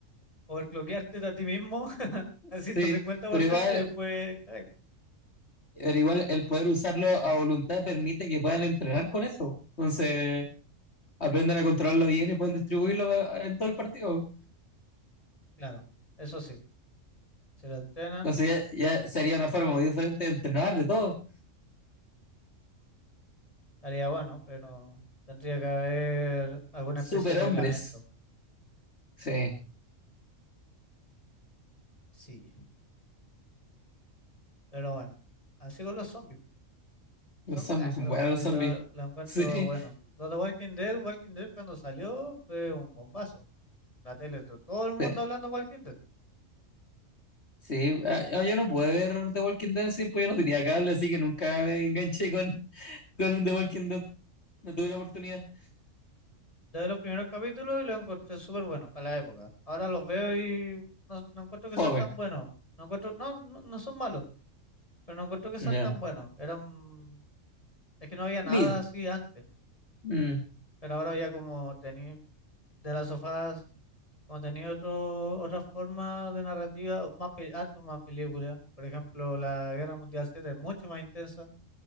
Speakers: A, on the left (about 25°); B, on the left (about 55°).
A: overclockearte a ti mismo <laughs> al
B: Sí,
A: 150%
B: pero igual,
A: y después, cagai.
B: pero igual el poder usarlo a voluntad permite que puedan entrenar con eso. Entonces, aprenden a controlarlo bien y pueden distribuirlo a- en todo el partido.
A: Claro, eso sí, si lo entrenan,
B: Entonces, ya, ya sería una forma muy diferente de entrenar de todo.
A: estaría bueno, pero tendría que haber alguna
B: Superhombres.
A: especie de reglamento.
B: Sí,
A: Sí, pero bueno, así con los zombies.
B: los
A: Son
B: zombies
A: bacanos
B: son
A: los
B: buenos
A: zombies,
B: los zombies.
A: lo,
B: <laughs>
A: lo encuentro
B: Sí,
A: bueno. Los de Walking Dead, Walking Dead cuando salió fue un bombazo. La tele, to- todo el mundo
B: sí.
A: hablando de Walking Dead.
B: sí. Ah, ah, yo no pude ver The Walking Dead, sí, pues yo no tenía cable, así que nunca me enganché con, con The Walking Dead. No tuve la oportunidad.
A: Desde los primeros capítulos y los encontré súper buenos para la época. Ahora los veo y no, no encuentro que
B: Fome.
A: sean tan buenos. No encuentro, no, no, no son malos, pero no encuentro que sean
B: No.
A: tan buenos. Eran, es que no había nada
B: Mid.
A: así antes,
B: Mm.
A: pero ahora ya como tení de las sofás Como tenía otro, otra forma de narrativa, o más, pe- harto más películas. Por ejemplo, la Guerra Mundial Z es mucho más intensa.